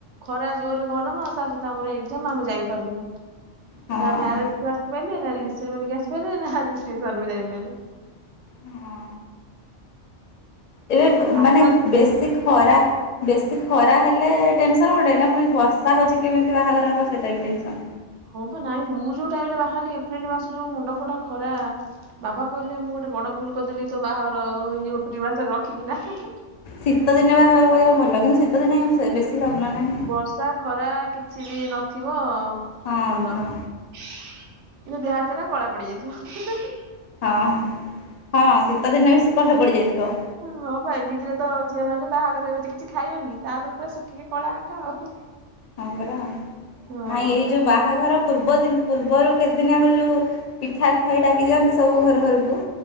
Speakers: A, on the right; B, on the left.
A: ଖରା ଜୋରେ ଗରମ ତା ସହିତ ଆମର ଏଜ୍ଜାମ ଆମେ ଯାଇପାରୁନୁ ନୁ
B: ହଁ।
A: ନା ମ୍ୟାରେ ଆସି ପାରିଲେ ନା ରିଙ୍ଗ ସେରିମନିକି ଆସି ପାରିଲେ ନା ରିସେସ୍ପସନ କୁ ଯାଇପାଇଲେ।
B: ହଁ ଏବେ ବ ମାନେ
A: ଆଶା ଥାଏ
B: ବେଶୀ
A: ନା
B: ଖରା ବେଶୀ ଖରା ହେଲେ ଟେନସନ୍ ଗୋଟେ ନା ପୁଣି ବର୍ଷା ହେଉଛି କେମିତି ବାହାଘର ହବ ସେଇଟା ବି ଟେନସନ୍।
A: ହଁ ପା ନାଇଁ ମୁଁ ଯୋଉ ଟାଇମ୍ ରେ ବାହାହେଲି ଏପ୍ରିଲ ମାସ ଯୋଉ ମୁଣ୍ଡ ଫଟା ଖରା ବାବା କହିଲେ ମୁଁ ଗୋଟେ ବଡ ଭୁଲ୍ କରିଦେଲି ତୋ ବାହାଘର ଏ ଯଉ ଏପ୍ରିଲ୍ ମସ ରଖିକି ନା ହି ହି
B: ଶୀତ ଦିନେ ବାହାଘର କରିବ ଭଲ କିନ୍ତୁ ଶୀତ ଦିନେ ସେ ବେଶୀ ଲଗ୍ନ ନାହିଁ।
A: ବର୍ଷା ଖରା କିଛି ବି ନଥିବ
B: ହଁ
A: ଭଲ।
B: ହଁ।
A: କିନ୍ତୁ ଦେହ ହାତ ଏରା କଳା ପଡି ଯାଇଥିବ।
B: ହଁ ହଁ ଶୀତଦିନେ ବି ସେ କଳାପଡିଯାଇଥିବ।
A: ଏ ହଁ ପା ଏମିତିରେ ତ ଝିଅ ମାନେ ବାହାଘର ହେଉଛି କିଛି ଖାଇବେନି। ତାପରେ ପୁରା ଶୁଖିକି କଳା କାଠ ଆଉ।
B: ହଁ ପରା
A: ହଁ
B: ନାଇଁ ଏଇ ଯୋଉ ବା ବାହାଘର ପୂର୍ବ ଦିନ ପୂର୍ବରୁ କେତେଦିନି ଆଗରୁ ଯୋଉ ପିଠା ଖାଇ ଡାକି ଦିଅନ୍ତି ସବୁ ଘର ଘରକୁ।